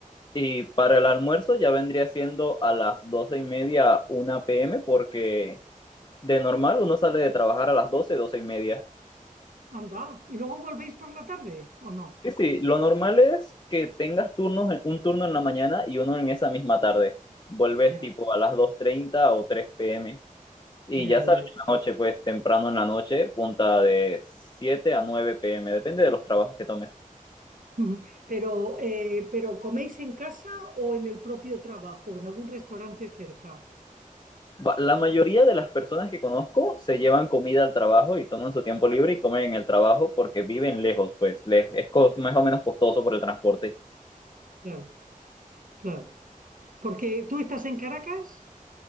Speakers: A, on the left (about 30°); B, on the right (about 70°).
A: Y para el almuerzo ya vendría siendo a las 12 y media, una p m porque de normal uno sale de trabajar a las doce doce y media.
B: Anda, ¿y luego volvéis por la tarde o no?
A: Sí, sí, lo normal es que tengas turnos, un turno en la mañana y uno en esa misma tarde. Vuelves
B: Ya,
A: tipo a las dos treinta o tres p m Y
B: ya,
A: ya sales
B: ya. ya.
A: en la noche, pues temprano en la noche, punta de siete a nueve p m depende de los trabajos que tomes.
B: <laughs> Ujú. Pero, eh, pero ¿coméis en casa o en el propio trabajo, en algún restaurante cerca?
A: ba- La mayoría de las personas que conozco se llevan comida al trabajo y toman su tiempo libre y comen en el trabajo porque viven lejos, pues les es cos- más o menos costoso por el transporte.
B: Claro, claro. Porque tú estás en Caracas.